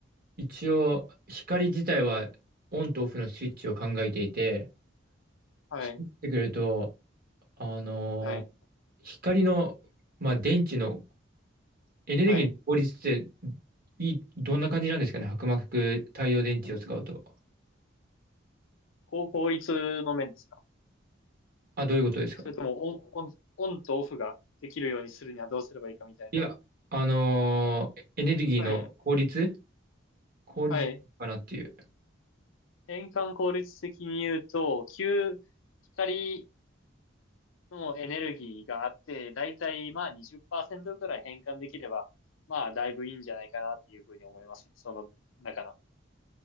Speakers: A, on the right; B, on the left.
A: 一応、光自体はオンとオフのスイッチを考えていて、
B: はい。
A: そうなってくると、あの、
B: はい。
A: 光の、まあ、電池のエネルギーの効率って、
B: はい。
A: いい、どんな感じなんですかね、薄膜太陽電池を使うと。
B: こう、効率の面ですか
A: あ、どういうことですか
B: それともオン、オン、オンとオフができるようにするにはどうすればいいかみたいな。
A: いや、あのーエネルギーの効率
B: はい。
A: 効率かなっていう。
B: はい。変換効率的に言うと、旧光のエネルギーがあって、だいたいまあ20%くらい変換できれば、まあだいぶいいんじゃないかなっていうふうに思います。その中の。